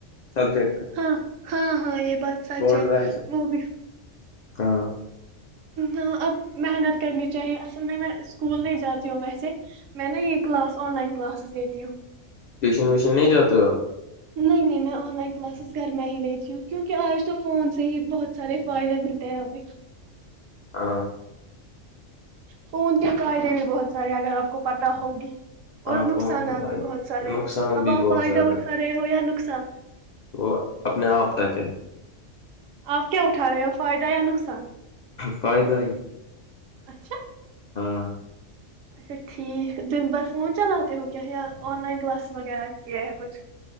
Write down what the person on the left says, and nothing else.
سبجیکٹ ہے
بورڈ
رائج
ہاں
ٹیوشن ویوشن نہیں جاتے ہو آپ
ہاں
ہاں
فون کے فائدے
نقصان
بھی
بہت
زیادہ
ہے
وہ اپنے آپ تک ہے
فائدہ ہی
ہاں